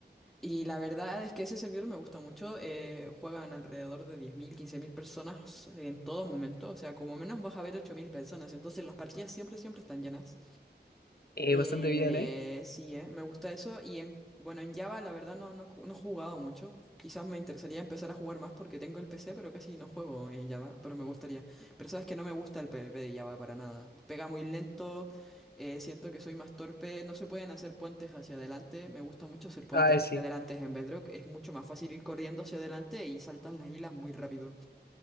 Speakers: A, in the centre; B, on the left.
A: Y la verdad es que ese servidor me gusta mucho. eh, juegan alrededor de diez mil quince mil personas en todo momento. O sea, como menos vas a ver 8.000 personas. Entonces las partidas siempre, siempre están llenas.
B: Eh,
A: Eh,
B: bastante bien, ¿eh?
A: sí, eh, me gusta eso. Y en, bueno, en Java la verdad no, no, no he jugado mucho. Quizás me interesaría empezar a jugar más porque tengo el PC, pero casi no juego en Java, pero me gustaría. Pero sabes que no me gusta el PvP de Java para nada. Pega muy lento, eh, siento que soy más torpe, no se pueden hacer puentes hacia adelante. Me gusta mucho hacer puentes
B: Ah, eh, sí.
A: hacia adelante en Bedrock. Es mucho más fácil ir corriendo hacia adelante y saltas las hilas muy rápido.